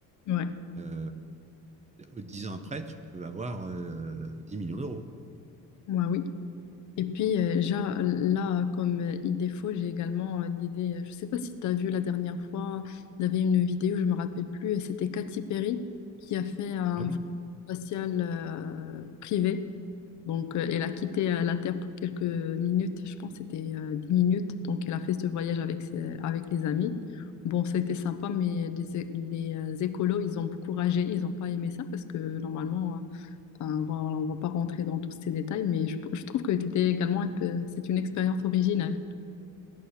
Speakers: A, on the left; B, on the right.
A: Ouais,
B: Euh, euh, dix ans après, tu peux avoir euh, 10 millions d'euros.
A: ouais, oui. Et puis, euh, ja- là, comme euh, idée faux, j'ai également euh, l'idée, euh, je ne sais pas si tu as vu la dernière fois, il y avait une vidéo, je ne me rappelle plus, et c'était Katy Perry qui a fait un
B: Ah oui.
A: vol spatial euh, privé. Donc, euh, elle a quitté euh, la Terre pour quelques minutes, je pense que c'était euh, 10 minutes. Donc, elle a fait ce voyage avec, ses- avec les amis. Bon, ça a été sympa, mais les, é- les, euh, écolos, ils ont beaucoup ragé, ils n'ont pas aimé ça parce que normalement... euh, Enfin, voilà, voilà, on va pas rentrer dans tous ces détails, mais je, je trouve que l'idée également, elle peut- c'est une expérience originale.